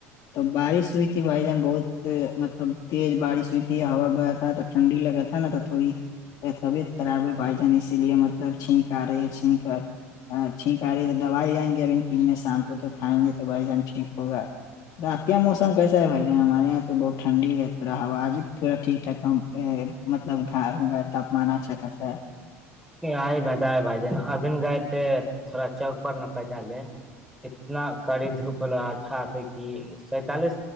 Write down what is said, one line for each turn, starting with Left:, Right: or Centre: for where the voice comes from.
Left: تو بارش ہوئی بھائی جان بہت مطلب تیز بارش ہوئی تھی ہوا گیا تھا تو ٹھنڈی لگا تھا نا تو تھوڑی طبیعت خراب ہے بھائی جان اسی لیے مطلب چھینک آ رہے ہے چھینک کر ہاں ٹھیک آ رہی ہے تو دوائی جائیں گے ابھی کیننے شامپو تو کھائیں گے تو بھائی جان ٹھیک ہوگا تو آپ کے یہ موسم کیسا ہے بھائی جان ہمارے یہاں تو بہت ٹھڈی ہے تھوڑا ہوا تھوڑا ٹھیک ٹھاک کام مطلب گھ گا تاپمان اچھا خاصا ہے
Centre: یہ ہی بتائے بھائی جان ابھی گئے تھے تھوڑا چوک پر نہ پیدا لے اتنا کری دھوپ ل ہٹٹا کہ سینتالیس